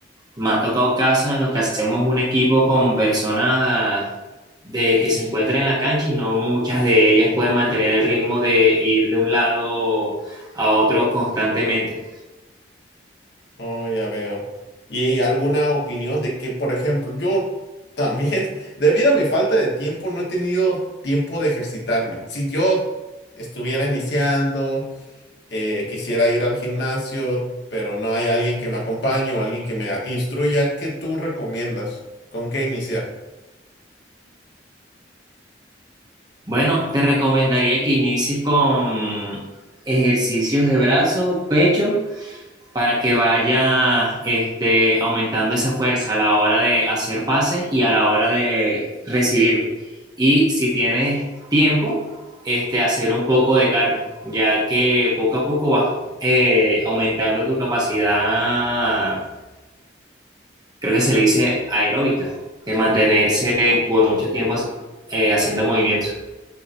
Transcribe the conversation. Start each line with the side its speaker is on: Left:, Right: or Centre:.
Right: Me ha tocado casos en los que hacemos un equipo con personas de que se encuentran en la cancha y no muchas de ellas pueden mantener el ritmo de ir de un lado a otro constantemente.
Left: Oh, ya veo. ¿Y alguna opinión de que, por ejemplo, yo también, <laughs> debido a mi falta de tiempo, no he tenido tiempo de ejercitarme? Si yo estuviera iniciando eh, quisiera ir al gimnasio, pero no hay alguien que me acompañe o alguien que me a- instruya. ¿Qué tú recomiendas? ¿Con qué iniciar?
Right: Bueno, te recomendaría que inicies con ejercicios de brazo, pecho para que vaya este, aumentando esa fuerza a la hora de hacer pases y a la hora de recibirlo. Y si tienes tiempo, este, hacer un poco de cardio, ya que poco a poco vas eh, aumentando tu capacidad, creo que se le dice aeróbica, de mantenerse por mucho tiempo eh, haciendo movimientos.